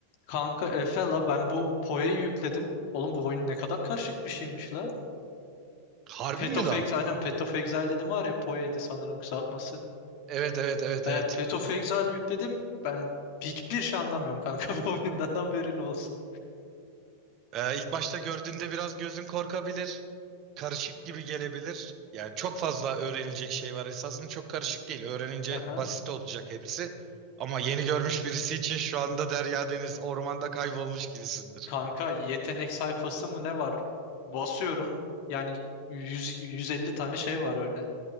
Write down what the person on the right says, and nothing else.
Harbi
mi
lan?
Evet evet evet
evet.
Ee, ilk başta gördüğünde biraz gözün korkabilir. Karışık gibi gelebilir. Yani çok fazla öğrenilecek şey var. Esasında çok karışık değil. Öğrenince
basit olacak hepsi. Ama yeni görmüş birisi için şu anda derya deniz ormanda kaybolmuş gibisindir.